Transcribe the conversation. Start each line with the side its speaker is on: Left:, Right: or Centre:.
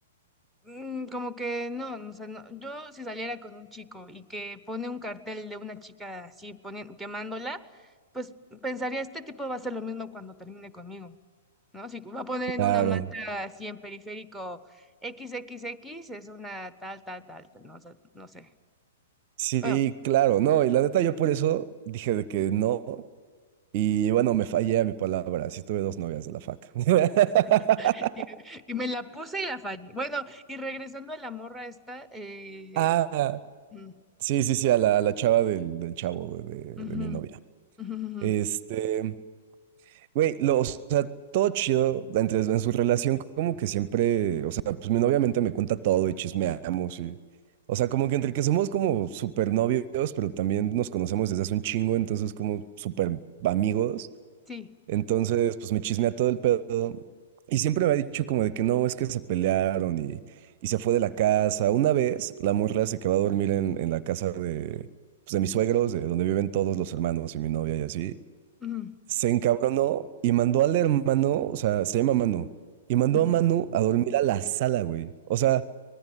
Centre: Mm, Como que no, o sea, no- yo si saliera con un chico y que pone un cartel de una chica así poniendo, quemándola, pues pensaría, este tipo va a hacer lo mismo cuando termine conmigo, ¿no? Si va a poner en
Right: Claro.
Centre: una manta así en periférico XXX, es una tal, tal, tal, tal, no, o sea, no sé.
Right: Sí,
Centre: Bueno,
Right: claro, no, y la neta yo por eso dije de que no. Y bueno, me fallé a mi palabra. Sí tuve dos novias de la fac. <laughs>
Centre: <laughs> y, y me la puse y la fallé. Bueno, y regresando a la morra esta, eh,
Right: Ah,
Centre: mm,
Right: sí, sí, sí, a la, a la chava del, del chavo de, de-
Centre: ujú,
Right: de mi novia.
Centre: ujú, ujú,
Right: Este, güey, lo, o sea, todo chido entre, en su relación, como que siempre, o sea, pues mi novia obviamente me cuenta todo y chismeamos y, o sea, como que entre que somos como súper novios, pero también nos conocemos desde hace un chingo, entonces como súper amigos.
Centre: sí.
Right: Entonces, pues me chismea todo el pedo. Y siempre me ha dicho como de que no, es que se pelearon y, y se fue de la casa. Una vez la morra se quedó a dormir en, en la casa de, pues, de mis suegros, de donde viven todos los hermanos y mi novia y así.
Centre: ujú,
Right: Se encabronó y mandó al hermano, o sea, se llama Manu, y mandó
Centre: ujú.
Right: a Manu a dormir a la sala, güey. O sea,